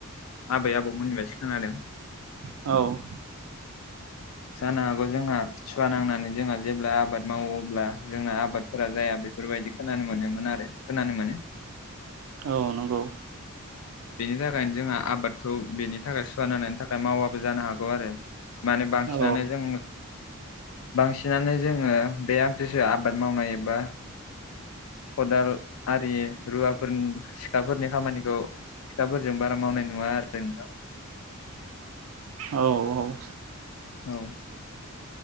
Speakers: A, on the left; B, on the right.
A: आबै आबौमोननिफ्रासो खोनादों।
B: औ
A: जानो हागौ जोंहा सुवा नांनानै जोंहा जेब्ला आबाद मावो अब्ला जोंना आबादफोरा जाया बेफोरबायदि खोनानो मोनोमोन आरो खोनानो मोनो।
B: औ नंगौ।
A: बेनि थाखायनो जोंहा आबादखौ बेनि थाखाय सुवानांनायनि थाखाय मावाबो जानो हागौ आरो माने बांसिनानो
B: औ
A: जों बांसिनानो जोङो बे <unintelligible> आबाद मावनाय एबा खदाल आरि रुवाफोरनि सिखाफोरनि खामानिखौ सिखाफोरजों बारा मावनाय नुवा आरो जोंनाव
B: औ औ
A: औ